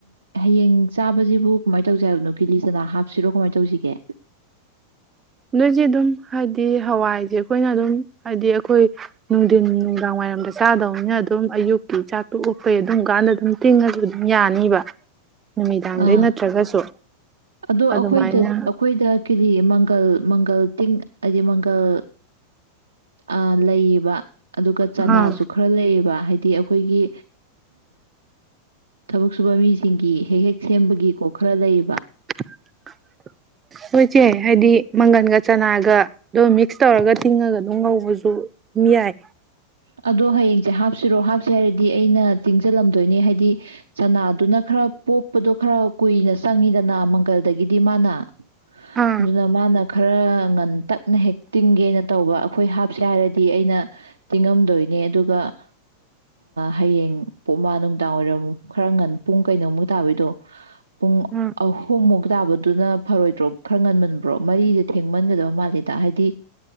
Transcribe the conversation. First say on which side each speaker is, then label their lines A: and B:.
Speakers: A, on the right; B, on the right.
A: ꯍꯌꯦꯡ ꯆꯥꯕꯁꯤꯕꯨ ꯀꯃꯥꯏꯅ ꯇꯧꯁꯦ ꯍꯥꯏꯕꯅꯣ ꯀꯤꯂꯤ ꯆꯅꯥ ꯍꯥꯞꯁꯤꯔꯣ ꯀꯃꯥꯏꯅ ꯇꯧꯁꯤꯒꯦ
B: ꯅꯣꯏꯁꯦ ꯑꯗꯨꯝ ꯍꯥꯏꯗꯤ ꯍꯋꯥꯏꯁꯦ ꯑꯩꯈꯣꯏꯅ ꯑꯗꯨꯝ ꯍꯥꯏꯕꯗꯤ ꯑꯩꯈꯣꯏ ꯅꯨꯡꯊꯤꯟ ꯅꯨꯡꯗꯥꯡ ꯋꯥꯏꯔꯝꯗ ꯆꯥꯗꯧꯅꯤꯅ ꯑꯗꯨꯝ ꯑꯌꯨꯛꯀꯤ ꯆꯥꯛ ꯇꯣꯛꯂꯛꯄꯩ ꯑꯗꯨꯝ ꯀꯥꯟꯗ ꯑꯗꯨꯝ ꯇꯤꯡꯉꯁꯨ ꯑꯗꯨꯝ ꯌꯥꯅꯤꯕ ꯅꯨꯃꯤꯗꯥꯡꯗꯩ
A: ꯑꯥ
B: ꯅꯠꯇ꯭ꯔꯒꯁꯨ
A: ꯑꯗꯣ
B: ꯑꯗꯨꯃꯥꯏꯅ
A: ꯑꯩꯈꯣꯏꯗ ꯑꯩꯈꯣꯏꯗ ꯀꯔꯤ ꯃꯪꯒꯜ ꯃꯪꯒꯜ ꯇꯤꯡ ꯍꯥꯏꯗꯤ ꯃꯪꯒꯜ ꯑ ꯂꯩꯌꯦꯕ ꯑꯗꯨꯒ ꯆꯅꯥꯁꯨ
B: ꯑꯥ
A: ꯈꯔ ꯂꯩꯌꯦꯕ ꯍꯥꯏꯗꯤ ꯑꯩꯈꯣꯏꯒꯤ ꯊꯕꯛ ꯁꯨꯕ ꯃꯤꯁꯤꯡꯒꯤ ꯍꯦꯛ ꯍꯦꯛ ꯁꯦꯝꯕꯒꯤꯀꯣ ꯈꯔ ꯂꯩꯌꯦꯕ
B: <unintelligible> ꯁꯦ ꯍꯥꯏꯗꯤ ꯃꯪꯒꯟꯒ ꯆꯅꯥꯒ ꯑꯗꯨꯝ ꯃꯤꯛꯁ ꯇꯧꯔꯒ ꯇꯤꯡꯉꯒ ꯑꯗꯨꯝ ꯉꯧꯕꯁꯨ ꯑꯗꯨꯝ ꯌꯥꯏ
A: ꯑꯗꯣ ꯍꯌꯦꯡꯁꯦ ꯍꯥꯞꯁꯤꯔꯣ ꯍꯥꯞꯁ ꯍꯥꯏꯔꯗꯤ ꯑꯩꯅ ꯇꯤꯡꯁꯤꯜꯂꯝꯗꯣꯏꯅꯦ ꯍꯥꯏꯗꯤ ꯆꯅꯥꯗꯨꯅ ꯈꯔ ꯄꯣꯛꯞꯄꯗꯣ ꯈꯔ ꯀꯨꯏꯅ ꯆꯪꯉꯤꯗꯅ ꯃꯪꯒꯜꯗꯒꯤꯗꯤ ꯃꯥꯅ
B: ꯑꯥ
A: ꯑꯗꯨꯅ ꯃꯥꯅ ꯈꯔ ꯉꯟꯇꯛ ꯅ ꯍꯦꯛ ꯇꯤꯡꯒꯦꯅ ꯇꯧꯕ ꯑꯩꯈꯣꯏ ꯍꯥꯞꯁꯦ ꯍꯥꯏꯔꯗꯤ ꯑꯩꯅ ꯇꯤꯡꯉꯝꯗꯣꯏꯅꯦ ꯑꯗꯨꯒ ꯍꯌꯦꯡ ꯄꯣꯛꯃ ꯅꯨꯡꯗꯥꯡ ꯋꯥꯏꯔꯝꯨꯛ ꯈꯔ ꯉꯟ ꯄꯨꯡ ꯀꯩꯅꯣꯃꯨꯛ ꯇꯥꯕꯩꯗꯣ ꯄꯨꯡ
B: ꯑꯥ
A: ꯑꯍꯨꯝꯃꯨꯛ ꯇꯥꯕꯗꯨꯅ ꯐꯔꯣꯏꯗ꯭ꯔꯣ ꯈꯔ ꯉꯟꯃꯟꯕ꯭ꯔꯣ ꯃꯔꯤꯁꯦ ꯊꯦꯡꯃꯟꯒꯗꯕ ꯃꯥꯜꯂꯦꯗ ꯍꯥꯏꯗꯤ